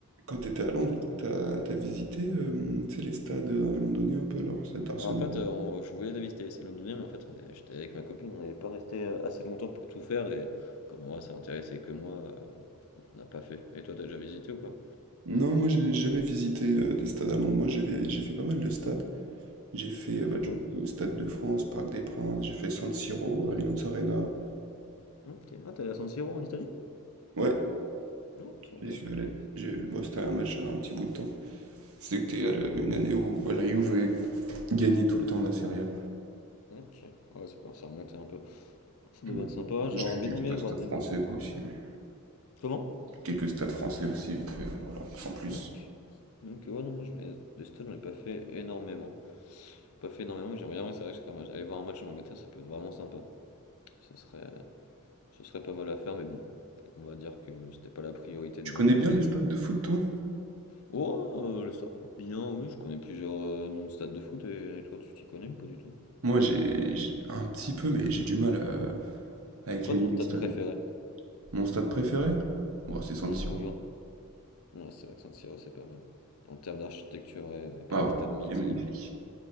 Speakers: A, on the right (about 70°); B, on the left (about 80°).
A: quand tu étais à Londres,
B: dis-moi.
A: toi, t'as, t'as visité euh, tu sais, les stades euh, londoniens un peu, alors stade d'Arsenal.
B: Bah, en fait, euh, on- je voulais visiter celle londonienne, mais en fait, on est- j'étais avec ma copine, on n'allait pas rester euh, assez longtemps pour tout faire, et comme moi, ça intéressait que moi, euh, on n'a pas fait. Et toi, t'as déjà visité ou pas?
A: Non, moi j'ai jamais visité euh, des stades à Londres. Moi j'ai vais- j'ai fait pas mal de stades. J'ai fait
B: T'as
A: euh, bah,
B: fait
A: du
B: quoi?
A: coup le Stade de France, Parc des Princes, j'ai fait San Siro, Allianz Arena.
B: Ok. Ah, t'es allé à San Siro en Italie?
A: Ouais,
B: Non, sympa,
A: j'y suis
B: sympa.
A: allé. J'ai- bon, c'était un match euh, un petit bout de temps. C'était
B: Ok,
A: à la- une année où bah, la Juve gagnait tout le temps la Serie A.
B: Ok, ouais, ça commence à remonter un peu. Ça devait
A: Ouais.
B: être sympa, j'aurais
A: J'ai fait
B: bien
A: quelques
B: aimé voir
A: stades
B: des.
A: français quoi aussi, mais
B: Comment?
A: quelques stades français aussi vite fait, mais voilà, sans plus.
B: Donc, donc ouais, non, moi, je... vais- des stats, j'en ai pas fait énormément. Pas fait énormément, mais j'aimerais bien, ouais, c'est vrai que c'est quand même- aller voir un match en Angleterre, ça peut être vraiment sympa. Ça serait... Ce serait pas mal à faire, mais bon, on va dire que c'était pas la priorité de,
A: Tu
B: leur-
A: connais
B: de
A: bien
B: mon séjour.
A: les stades de foot, toi?
B: Oh, euh, le stade, bien, oui, je connais plusieurs euh, noms de stades de foot, et, et toi, tu t'y connais ou pas du tout?
A: Moi, j'ai j'ai- un petit peu, mais j'ai du mal euh, avec
B: C'est quoi
A: les
B: ton
A: noms
B: stade
A: de stades.
B: préféré?
A: Mon stade préféré? Bon, c'est San
B: Hum,
A: Siro.
B: oui, hein. Ouais, c'est vrai que San Siro, c'est pas mal. En termes d'architecture, ouais, après
A: Ah
B: les
A: ouais,
B: stades mythiques.
A: il est magnifique.